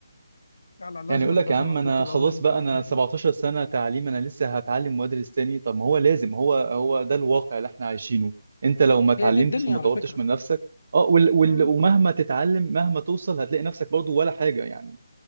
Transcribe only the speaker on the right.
يعني يقول لك
يا عم
انا
خلاص
بقى
انا
17
سنه تعليم انا لسه هتعلم وادرس تاني طب ما هو لازم هو هو ده الواقع اللي احنا عايشينه انت لو ما اتعلمتش
وما
طورتش
من نفسك اه وال وال
ومهما تتعلم مهما توصل هتلاقي نفسك برضو ولا حاجه يعني